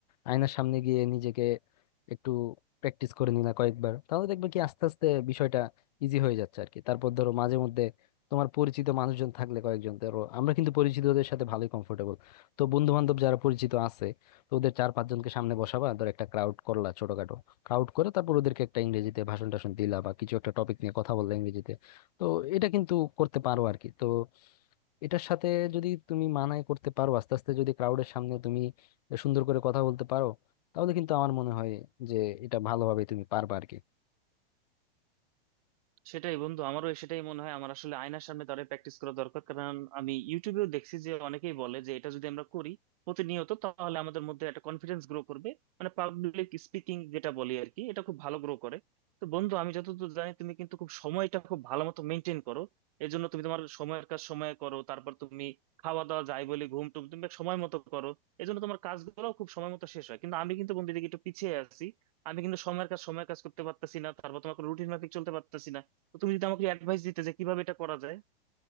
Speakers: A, on the left; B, on the right.
A: আয়নার সামনে গিয়ে নিজেকে একটু প্র্যাকটিস করে নিলা কয়েকবার তাহলে দেখবে কি আস্তে আস্তে বিষয়টা ইজি হয়ে যাচ্ছে আর কি তারপর ধরো মাঝে মধ্যে তোমার পরিচিত মানুষজন থাকলে কয়েকজন ধরো আমরা কিন্তু পরিচিতদের সাথে ভালোই কমফোর্টেবল তো বন্ধু বান্ধব যারা পরিচিত আছে তো ওদের চার পাঁচজনকে সামনে বসাবা ধর একটা ক্রাউড করলা ছোটখাটো ক্রাউড করে তারপর ওদেরকে একটা ইংরেজিতে ভাষণ টাষণ দিলা বা কিছু একটা টপিক নিয়ে কথা বললা ইংরেজিতে তো এটা কিন্তু করতে পারো আর কি তো এটার সাথে যদি তুমি মানায় করতে পারো আস্তে আস্তে যদি ক্রাউডের সামনে তুমি সুন্দর করে কথা বলতে পারো তাহলে কিন্তু আমার মনে হয় যে এটা ভালোভাবে তুমি পারবে আর কি
B: সেটাই বন্ধু আমারও সেটাই মনে হয় আমার আসলে আয়নার সামনে দাঁড়িয়ে প্র্যাকটিস করা দরকার কারণ আমি ইউটিউবেও দেখছি যে অনেকেই বলে যে এটা যদি আমরা করি প্রতিনিয়ত তাহলে আমাদের মধ্যে একটা কনফিডেন্স গ্রো করবে মানে পাবলিক স্পিকিং যেটা বলি আর কি এটা খুব ভালো গ্রো করে তো বন্ধু আমি যতদূর জানি তুমি কিন্তু খুব সময়টা খুব ভালো মতো মেনটেন করো এই জন্য তুমি তোমার সময়ের কাজ সময়ে করো তারপর তুমি খাওয়া দাওয়া যাই বলে ঘুম টুম তুমি সময় মতো করো এই জন্য তোমার কাজগুলো খুব সময় মতো শেষ হয় কিন্তু আমি কিন্তু বন্ধু এদিকে একটু পিছিয়ে আছি আমি কিন্তু সময়ের কাজ সময়ের কাজ করতে পারতেছি না তারপর তোমার রুটিন মাফিক চলতে পারতেছি না তো তুমি যদি আমাকে অ্যাডভাইস দিতে যে কিভাবে এটা করা যায়